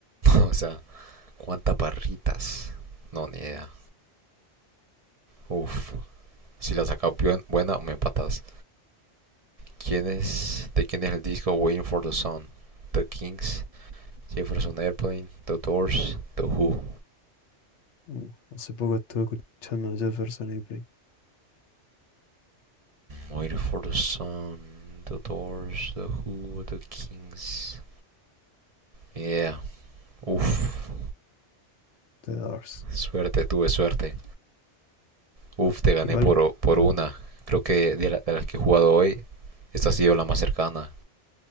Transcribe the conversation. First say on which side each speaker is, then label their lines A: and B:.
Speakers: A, on the right; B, on the left.
A: <laughs> o sea, ¿cuántas barritas? No, ni idea. Uf. Si la sacas bien- buena, me empatas. ¿Quién es, ¿De quién es el disco Waiting for the Sun? The Kings, Jefferson Airplane, The Doors, The Who.
B: Uh, hace poco estuve escuchando Jefferson Airplane,
A: Waiting for the Sun, The Doors, The Who, The Kings. Yeah, uff.
B: The Doors.
A: Suerte, tuve suerte. Uff, te gané
B: Igual,
A: por, por una. Creo que de, la- de las que he jugado hoy, esta ha sido la más cercana.